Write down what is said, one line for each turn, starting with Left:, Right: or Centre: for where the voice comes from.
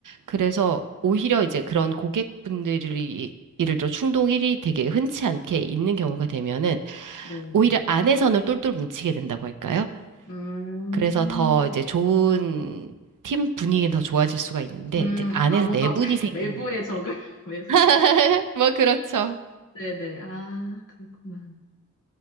Right: 그래서 오히려 이제 그런 고객분들이 예를 들어 충동 일이 되게 흔치 않게 있는 경우가 되면은
Left: 네.
Right: 오히려 안에서는 똘똘 뭉치게 된다고 할까요?
Left: 음,
Right: 그래서 더 이제 좋은 팀 분위기는 더 좋아질 수가 있는데
Left: 음,
Right: 이제 안에서
Left: 아, 뭔가
Right: 내분이
Left: <laughs>
Right: 생기는
Left: 외부의 적을,
Right: 게.
Left: <laughs> 외부.
Right: <laughs> 뭐 그렇죠.
Left: 네네. 아, 그렇구나.